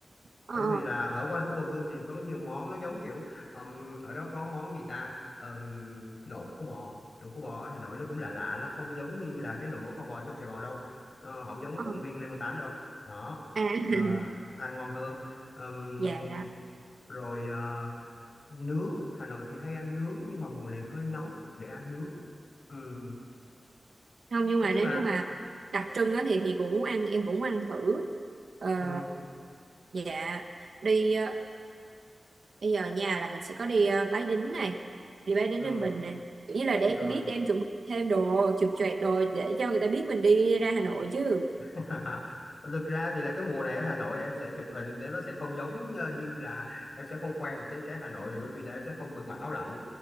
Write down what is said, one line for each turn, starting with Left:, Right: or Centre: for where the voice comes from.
Right: ờ
Left: bởi vì là ở quanh khu Hồ Gươm thì có nhiều món nó giống kiểu ừm, ở đó có món gì ta Ừm, nộm khô bò nộm khô bò ở Hà Nội nó cũng lạ lạ nó không giống như là cái nộm mổ kho bò trong Sài Gòn đâu nó không giống
Right: ờ
Left: công viên Lê Văn Tám đâu đó
Right: à <laughs>
Left: Ờ, ăn ngon hơn Ừm,
Right: dạ
Left: rồi à, nướng Hà Nội thì hay ăn nướng nhưng mà mùa này hơi nóng để ăn nướng Ừm,
Right: không nhưng
Left: nói
Right: mà
Left: chung
Right: nếu
Left: là
Right: như mà đặc trưng á thì thì cũng muốn ăn em cũng muốn ăn thử ờ,
Left: ừm,
Right: dạ đi ờ, bây giờ nhà là mình sẽ có đi ờ, Bái Đính này đi Bái Đính
Left: ừm,
Right: Ninh Bình này kiểu như là để
Left: rồi
Right: em biết để em chuẩn bị thêm đồ chụp choẹt đồ để cho người ta biết mình đi ra Hà Nội chứ
Left: <laughs> thực ra thì là cái mùa này ở Hà Nội em sẽ chụp hình thì nó sẽ không giống như như là em sẽ không khoe được cái cái Hà Nội bởi vì là em sẽ không được mặc áo lạnh